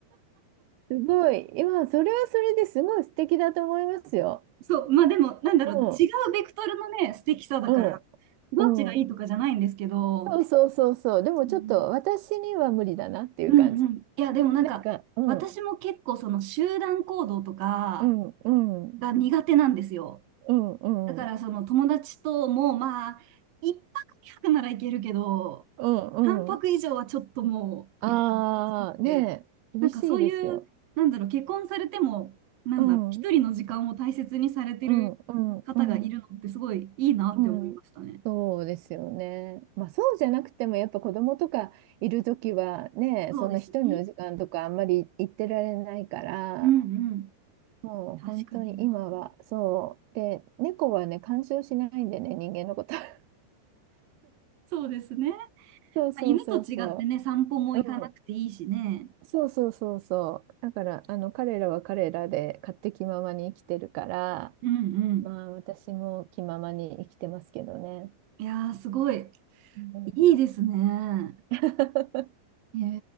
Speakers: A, on the right (about 80°); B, on the right (about 65°).
A: すごい。いや、それはそれですごい素敵だと思いますよ。
B: <laughs> そう、まあでも、なんだろう、
A: うん、
B: 違うベクトルのね、素敵さだから、
A: うん、
B: どっちがいいとかじゃないんですけど、
A: うん。そうそうそうそう。でもちょっと私には無理だなっていう感じ。
B: うんうんうん。いや、でもなんか、
A: なんか、うん、
B: 私も結構その集団行動とか
A: うん、うん、うん、
B: が苦手なんですよ。
A: うん、
B: だからその友達ともまあ、一泊二泊ならいけるけど、
A: うん、
B: 三泊以上はちょっともう、
A: うん。ああ、
B: みたいな感じで、
A: ねえ、厳しいですよ。
B: なんかそういう、なんだろう、結婚されても、なんだろう、
A: うん、
B: 一人の時間を大切にされてる方がいるのってすごいいいなって思いましたね。
A: うん、うん、うん、うん。そうですよね。まあそうじゃなくてもやっぱ子供とかいるときはね、
B: そうですね。
A: そんな一人の時間とかあんまり行ってられないから、
B: うんうん。
A: もう本当に今はそう。
B: 確かにな。
A: で、猫はね、干渉しないんでね、人間のこと。<laughs>
B: そうですね。
A: そうそうそうそ
B: 犬と違ってね、散歩も行かなくていいしね。
A: う。うん。そうそうそうそう。だから、あの、彼らは彼らで勝手気ままに生きてるから、
B: うんうん。
A: まあ私も気ままに生きてますけどね。
B: いやー、すごい。
A: うん、
B: いいですね。
A: <laughs>
B: へ